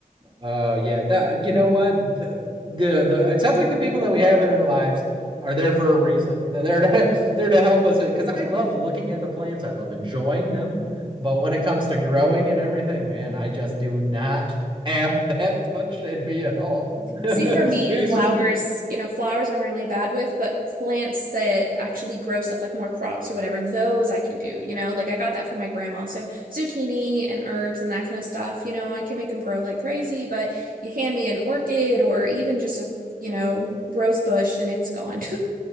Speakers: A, on the right; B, on the right.
A: Oh yeah, that you know what the, the the it sounds like the people that we have in our lives are there for a reason. And they're to, <laughs> they're to help us because I love looking at the plants. I love enjoying them, but when it comes to growing and everything, man, I just do not <laughs> have that touch in me at all. <laughs> Maybe
B: See,
A: it's
B: for me, flowers,
A: just
B: you know, flowers I'm really bad with, but plants that actually grow stuff like more crops or whatever, those I can do, you know, like I got that from my grandma. So zucchini and herbs and that kind of stuff, you know, I can make them grow like crazy, but you hand me an orchid or even just a, you know, rose bush and it's gone. <laughs>